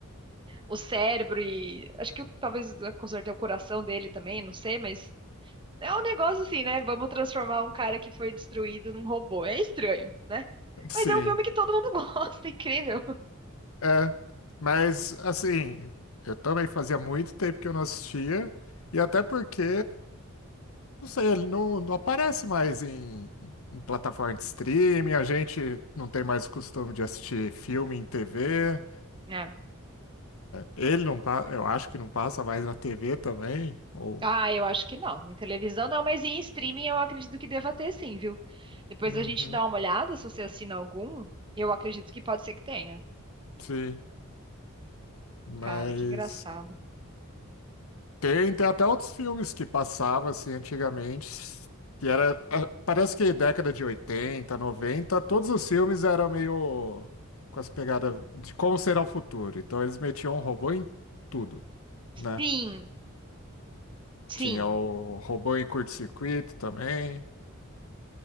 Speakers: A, on the right; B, on the left.
A: o cérebro e acho que talvez com certeza o coração dele também, não sei, mas é um negócio assim, né? Vamos transformar um cara que foi destruído num robô. É estranho, né?
B: Sim.
A: Mas é um filme que todo mundo <laughs> gosta, incrível.
B: É, mas assim, eu também fazia muito tempo que eu não assistia, e até porque, não sei, ele não, não aparece mais em, em plataforma de streaming, a gente não tem mais o costume de assistir filme em TV,
A: É.
B: ele não, pa- eu acho que não passa mais na TV também, ou...
A: Ah, eu acho que não. Em televisão não, mas em streaming eu acredito que deva ter sim, viu? Depois
B: Uhum,
A: a gente dá uma olhada, se você assina algum, eu acredito que pode ser que tenha.
B: sim, mas
A: Cara, que engraçado.
B: Tem, tem até outros filmes que passavam assim antigamente, que era, ah, parece que década de 80, 90, todos os filmes eram meio com as pegadas de como será o futuro. Então eles metiam um robô em tudo, né?
A: Sim, sim.
B: Tinha o robô em curto-circuito também,